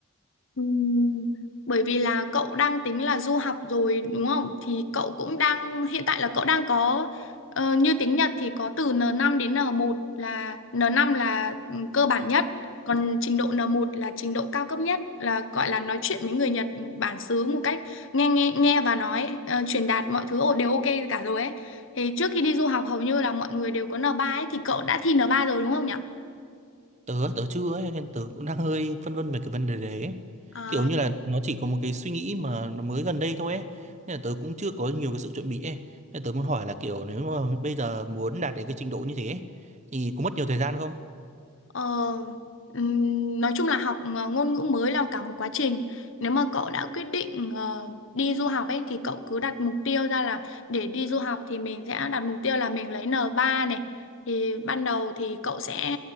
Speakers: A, on the left; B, on the right.
A: Ừm, Bởi vì là cậu đang tính là du học rồi đúng không? Thì cậu cũng đang hiện tại là cậu đang có ờ, như tiếng Nhật thì có từ n năm đến n một là n năm là ừ, cơ bản nhất, còn trình độ n một là trình độ cao cấp nhất là gọi là nói chuyện với người Nhật bản xứ một cách nghe nghe nghe và nói ờ, truyền đạt mọi thứ đều ok cả rồi ấy. Thì trước khi đi du học hầu như là mọi người đều có n ba ấy thì cậu đã thi n ba rồi đúng không nhỉ?
B: Tớ tớ chưa ấy nên tớ cũng đang hơi phân vân về cái vấn đề đấy ấy.
A: À,
B: Kiểu như là nó chỉ có một cái suy nghĩ mà nó mới gần đây thôi ấy. Nên là tớ cũng chưa có nhiều cái sự chuẩn bị ấy. Nên là tớ muốn hỏi là kiểu nếu mà bây giờ muốn đạt đến cái trình độ như thế ấy, thì có mất nhiều thời gian không?
A: Ờ, ừm, nói chung là học ờ, ngôn ngữ mới là cả một quá trình. Nếu mà cậu đã quyết định ờ, đi du học ấy thì cậu cứ đặt mục tiêu ra là để đi du học thì mình sẽ đặt mục tiêu là mình lấy N3 này. Thì ban đầu thì cậu sẽ